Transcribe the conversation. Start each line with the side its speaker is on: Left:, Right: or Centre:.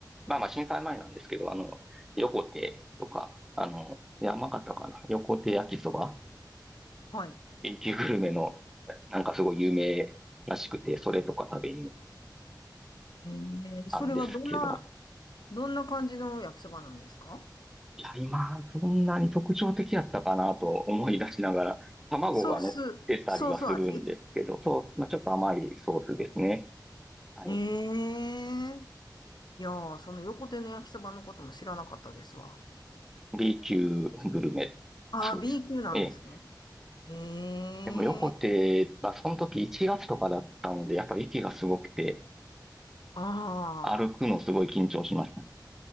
Centre: まあまあ震災前なんですけど、あの、横手とか、あの、山形かな、横手焼きそば
Left: はい。
Centre: B 級グルメの、なんかすごい有名らしくて、それとか食べに行っ
Left: ええそれはどんな、
Centre: たんですけど、
Left: どんな感じの焼きそばなんですか
Centre: いや、今、そんなに特徴的やったかなと思い出しながら、卵が乗ってたりはするんですけど、
Left: ソース、ソース味
Centre: そう、まあ、ちょっと甘いソースですね。はい。
Left: へえ。いやー、その横手の焼きそばのことも知らなかったですわ。
Centre: B 級グルメ。
Left: ああ、
Centre: そうです。
Left: B 級なんですね。
Centre: ええ。
Left: へえ。
Centre: でも、横手は、その時1月とかだったので、やっぱり息がすごくて、
Left: ああ。
Centre: 歩くのすごい緊張しました。